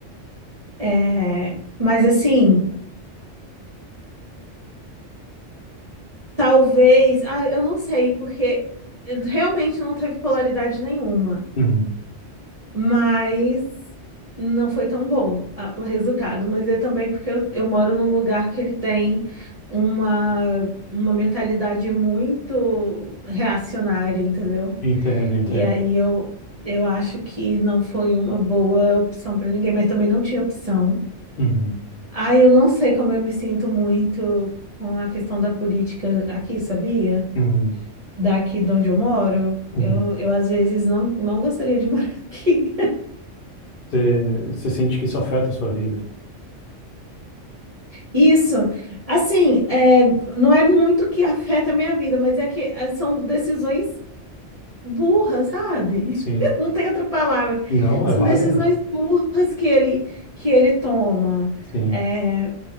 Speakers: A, on the right; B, on the left.
A: É, mas assim, talvez, ah, eu não sei, porque realmente não teve polaridade nenhuma.
B: Uhum.
A: Mas não foi tão bom a- o resultado. Mas é também porque eu, eu moro num lugar que ele tem uma, uma mentalidade muito reacionária, entendeu?
B: Entendo, entendo.
A: E aí eu, eu acho que não foi uma boa opção para ninguém, mas também não tinha opção.
B: Uhum,
A: Ah, eu não sei como eu me sinto muito com a questão da política aqui, sabia?
B: uhum,
A: Daqui de onde eu moro.
B: uhum.
A: Eu, eu às vezes não, não gostaria de morar <laughs> aqui.
B: Você, você sente que isso afeta a sua vida?
A: Isso, assim, é, não é muito que afeta a minha vida, mas é que é, são decisões burras, sabe?
B: Sim.
A: <laughs> Não tem outra palavra.
B: Não,
A: São
B: é válida.
A: decisões burras que ele que ele toma.
B: Sim.
A: É,